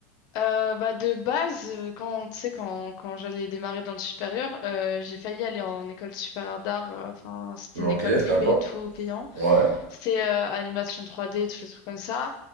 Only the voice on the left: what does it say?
Euh, bah de base, euh, quand tu sais quand quand j'allais démarrer dans le supérieur, euh, j'ai failli aller en école supérieure d'art. euh, Enfin, c'était
une
école privée
et tout payant.
C'était euh, animation 3D, tous les trucs comme ça.